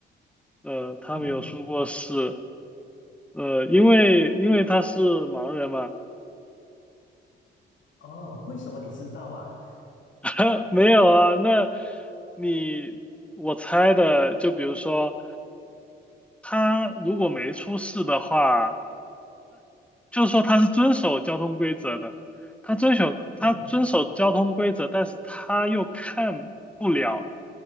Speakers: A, in the centre; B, on the left.
A: 呃，他没有说过是，
B: 嗯，
A: 呃，因为因为他是盲人嘛。
B: 哦，为什么你知道啊？
A: <laughs> 没有啊，那你我猜的，就比如说。他如果没出事的话，就是说他是遵守交通规则的，他遵守他遵守交通规则，
B: 嗯，
A: 但是他又看不了